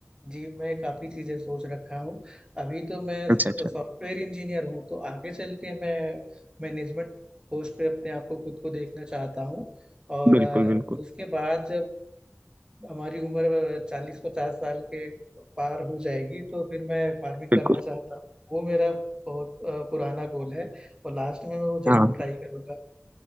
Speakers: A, on the right (about 20°); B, on the right (about 35°).
A: जी मैं काफ़ी चीज़ें सोच रखा हूँ अभी तो मैं
B: अच्छा अच्छा
A: सॉफ्टवेयर इंजीनियर हूँ तो आगे चल के मैं मैनेजमेंट पोस्ट पे अपने आप को खुद को देखना चाहता हूँ और
B: बिल्कुल
A: अ,
B: बिल्कुल
A: उसके बाद जब हमारी उम्र चालीस पचास साल के पार हो जाएगी तो फिर मैं फार्मिंग
B: बिल्कुल
A: करना चाहता हूँ वो मेरा बहुत अ, पुराना गोल है और लास्ट में मैं वो जरूर
B: हाँ
A: ट्राई करूँगा